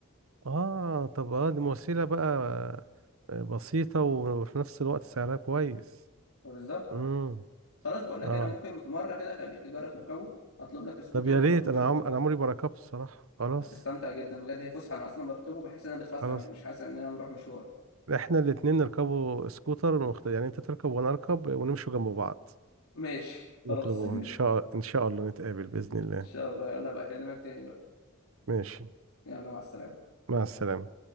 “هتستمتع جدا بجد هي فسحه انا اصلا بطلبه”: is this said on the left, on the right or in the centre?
Left